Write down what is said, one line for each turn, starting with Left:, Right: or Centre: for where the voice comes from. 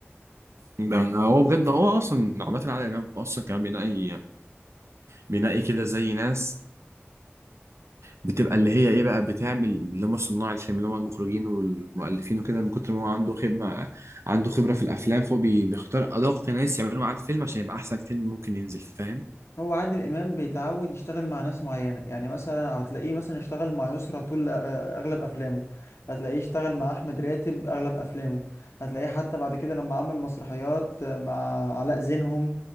Right: ده هو بجد هو أصلا عماد العادل إمام أصلا كان بينقي بينقي كده زي ناس بتبقى اللي هي إيه بقى بتعمل اللي هم صناع الفيلم اللي هم المخرجين والمؤلفين وكده من كتر ما هو عنده خدمة عنده خبرة في الأفلام فهو بيختار أدق ناس يعملوا معاه الفيلم عشان يبقى أحسن فيلم ممكن ينزل فاهم؟
Left: هو عادل امام بيتعود يشتغل مع ناس معينة يعني مثلا هتلاقيه مثلا اشتغل مع يسرى طول آه، اغلب افلامه هتلاقيه اشتغل مع احمد راتب اغلب افلامه هتلاقيه حتى بعد كده لما عمل مسرحيات آه، مع علاء زينهم